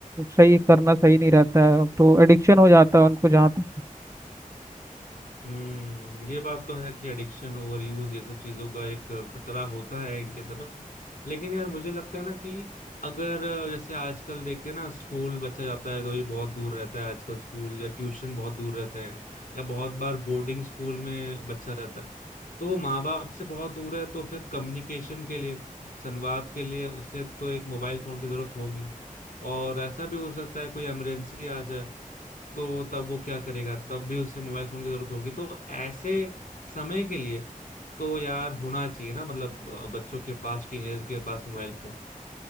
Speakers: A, on the right; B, on the left.
A: सही करना सही नहीं रहता है तो एडिक्शन हो जाता है उनको जहाँ तक
B: हम्म ये बात तो है कि एडिक्शन ओवरयूज ये सब चीजों का एक खतरा होता है इनके तरफ लेकिन यार मुझे लगता है ना कि अगर अ, जैसे आजकल देखते हैं ना स्कूल बच्चा जाता है तो ये बहुत दूर रहता है आजकल स्कूल या ट्यूशन बहुत दूर रहते हैं या बहुत बार बोर्डिंग स्कूल में बच्चा रहता है तो वो माँ बाप से बहुत दूर है तो फिर कम्युनिकेशन के लिए संवाद के लिए उसे तो एक मोबाइल फोन की जरूरत होगी और ऐसा भी हो सकता है कोई इमरजेंसी आ जाए तो तब वो क्या करेगा तब भी उसे मोबाइल फोन की जरूरत होगी तो ऐसे समय के लिए तो यार होना चाहिए ना मतलब अ, बच्चों के पास टीनेजर के पास मोबाइल फोन